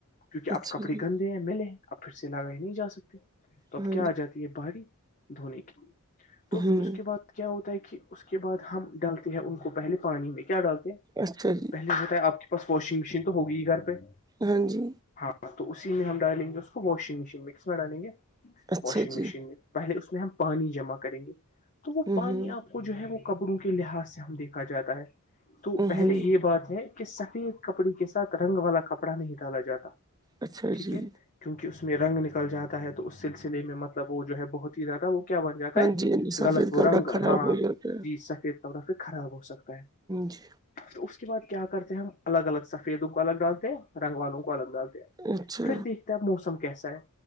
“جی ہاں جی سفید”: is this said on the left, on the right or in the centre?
Right